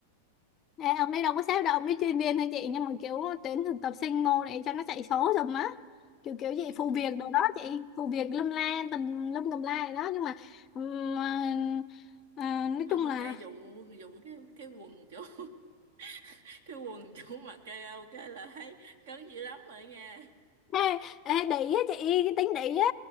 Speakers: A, on the left (about 35°); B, on the right (about 65°).
A: Ê, ông ấy đâu có sếp đâu ông ấy chuyên viên thôi chị nhưng mà kiểu tuyển thực tập sinh mô để cho nó chạy số rồi á kiểu kiểu gì
B: ừ.
A: phụ việc đồ đó chị phụ việc lâm la tùm lum tùm la gì đó nhưng mà ừm, ờ, ờ, nói
B: không
A: chung
B: mà
A: là
B: nghe dùng dùng cái cái quần chỗ <laughs> cái quần chỗ mặc karaoke là thấy cấn dữ lắm rồi nghe
A: ê, ê, để ý á chị cái tính để ý á